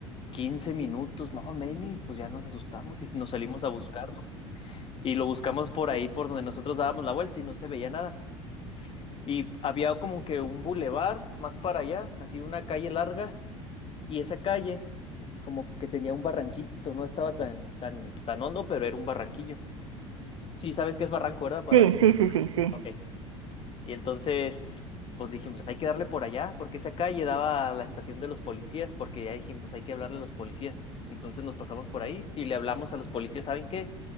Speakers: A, on the left; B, on the right.
A: quince minutos. No, Meni, pues ya nos asustamos y nos salimos a buscarlo. Y lo buscamos por ahí, por donde nosotros dábamos la vuelta y no se veía nada. Y había como que un bulevar más para allá, así una calle larga y esa calle como que tenía un barranquito, no estaba tan, tan, tan hondo, pero era un barranquillo. Sí, sabes que es barranco, ¿verdad? Para...
B: Sí, sí, sí, sí, sí.
A: Ok. Y entonces, pues dijimos, hay que darle por allá, porque esa calle daba a la estación de los policías, porque ya dijimos, hay que hablarle a los policías. Entonces nos pasamos por ahí y le hablamos a los policías, ¿saben qué?